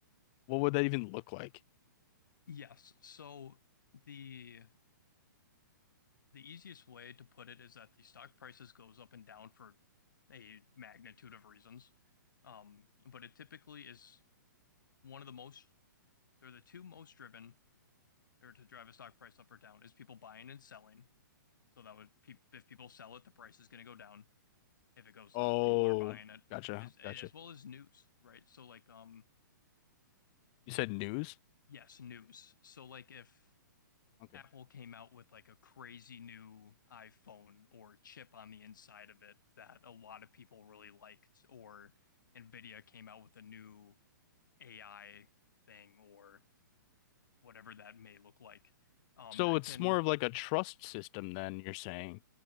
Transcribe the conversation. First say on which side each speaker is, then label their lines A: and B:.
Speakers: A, on the left; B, on the left.
A: what would that even look like?
B: yes so the the easiest way to put it is that the stock prices goes up and down for a magnitude of reasons um but it typically is one of the most or the two most driven or to drive a stock price up or down is people buying and selling so that would pe- if people sell it the price is going to go down if it goes
A: Oh,
B: up, people are buying it
A: gotcha,
B: as as
A: gotcha.
B: well as news, right? So like um
A: You said news?
B: yes, news. So like if
A: Okay.
B: Apple came out with like a crazy new iPhone or chip on the inside of it that a lot of people really liked, or Nvidia came out with a new AI thing or whatever that may look like, um,
A: So
B: that
A: it's
B: can
A: more of like a trust system then you're saying.